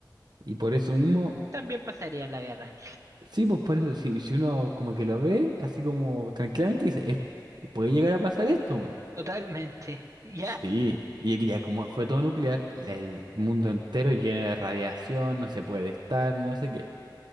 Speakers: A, on the right; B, on the right.
A: Y por eso mismo,
B: También pasaría la guerra.
A: sí, pues por eso, si, si uno como que lo ve, así como tranquilamente, dice, "Es- puede llegar a pasar esto. mo".
B: Totalmente. Ya,
A: Sí, y que ya como fue todo nuclear, la- el mundo entero lleno de radiación, no se puede estar y no sé qué.